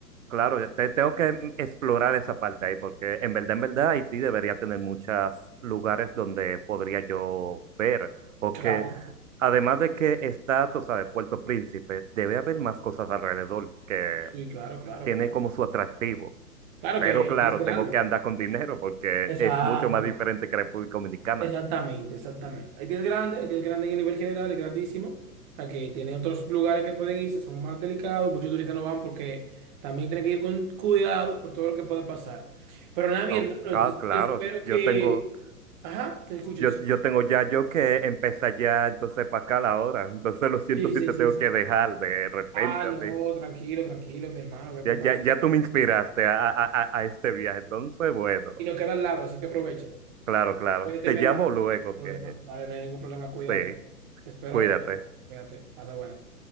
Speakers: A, on the right; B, on the right.
A: claro, te- tengo que mm, explorar esa parte ahí, porque en verdad, en verdad, Haití debería tener muchos lugares donde podría yo ver, porque
B: Claro,
A: además de que está, tú sabes, Puerto Príncipe, debe haber más cosas alrededor que
B: sí, claro, claro,
A: tiene
B: claro.
A: como su atractivo.
B: Claro
A: Pero
B: que Haití
A: claro,
B: es grande.
A: tengo que andar con dinero porque
B: Exactamente,
A: es mucho más diferente que República Dominicana.
B: exactamente, exactamente. Haití es grande, Haití es grande en nivel general, es grandísimo. O sea, que tiene otros lugares que pueden irse, son más delicados, muchos turistas no van porque también tienen que ir con cuidado por todo lo que pueda pasar. Pero nada, mi
A: Oh,
B: hermano, entonces,
A: ah, claro,
B: yo espero
A: yo
B: que...
A: tengo...
B: Ajá, te escucho,
A: Yo,
B: te escucho.
A: yo tengo ya yo que empezar ya entonces para acá la hora. Entonces lo siento
B: Sí,
A: si
B: sí,
A: te
B: sí,
A: tengo
B: sí.
A: que dejar de repente
B: Ah, no,
A: así.
B: tranquilo, tranquilo, mi hermano, ve preparando.
A: Ya, ya, ya tú me inspiraste a, a, a- a este viaje. Entonces, bueno,
B: y nos queda al lado, así que aprovecha.
A: claro, claro.
B: Cuídate,
A: Te
B: mi
A: llamo
B: hermano.
A: luego
B: No hay ningún problema.
A: que
B: Dale, no hay ningún problema, cuídate.
A: sí,
B: Espero
A: cuídate.
B: haber ayudado. Cuídate. Pasa buenas.